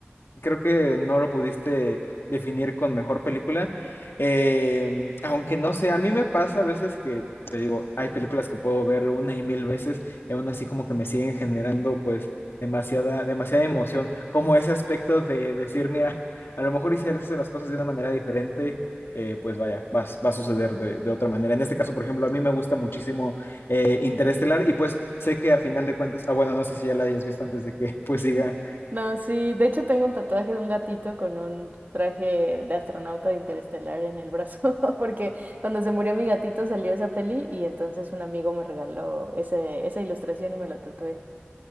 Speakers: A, on the left; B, on the right.
A: creo que no lo pudiste definir con mejor película. Eh, aunque no sé, a mí me pasa a veces que, te digo, hay películas que puedo ver una y mil veces y aún así como que me siguen generando pues demasiada, demasiada emoción, como ese aspecto de decir, mira, <laughs> a lo mejor hicieras las cosas de una manera diferente. eh, pues vaya, va, a- va a suceder de, de otra manera. En este caso, por ejemplo, a mí me gusta muchísimo eh, Interestelar y pues sé que a final de cuentas, ah, bueno, no sé si ya la hayas visto antes de que pues
B: Mm.
A: siga
B: No, sí, de hecho tengo un tatuaje de un gatito con un traje de astronauta de Interestelar en el brazo, <laughs> porque cuando se murió mi gatito salió esa peli y entonces un amigo me regaló ese, esa ilustración y me lo tatué.